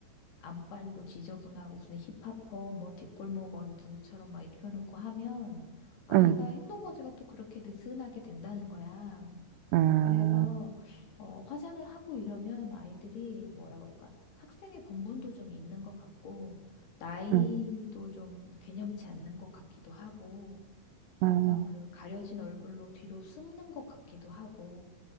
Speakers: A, on the left (about 70°); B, on the right (about 85°).
A: 안 빨고 지저분하고 무슨 힙합퍼 뭐 뒷골목 어린 누구처럼 막 입혀놓고 하면 아이가
B: 음,
A: 행동 거지가 또 그렇게 느슨하게 된다는 거야.
B: 음,
A: 그래서 어, 화장을 하고 이러면 아이들이 뭐라 그럴까 학생의 본분도 좀 있는 것 같고 나이도
B: 음,
A: 좀 개념치 않는 것 같기도 하고
B: 음,
A: 약간 그 가려진 얼굴로 뒤로 숨는 것 같기도 하고